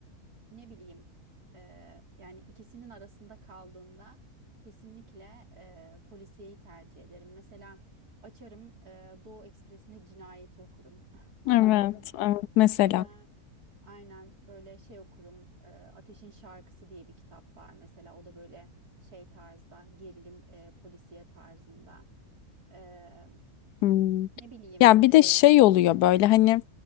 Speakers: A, on the right (about 75°); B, on the left (about 85°).
A: ne bileyim eee, yani ikisinin arasında kaldığımda kesinlikle eee polisiyeyi tercih ederim. Mesela açarım eee, Doğu Ekspresi'nde cinayeti okurum. <laughs> Anladın
B: Evet,
A: mı?
B: evet. Mesela.
A: Ya da aynen böyle şey okurum. eee, Ateşin Şarkısı diye bir kitap var mesela. O da böyle şey tarzda gerilim eee, polisiye tarzında. Eee,
B: Hmm.
A: ne bileyim
B: Ya bir
A: eee,
B: de şey oluyor böyle hani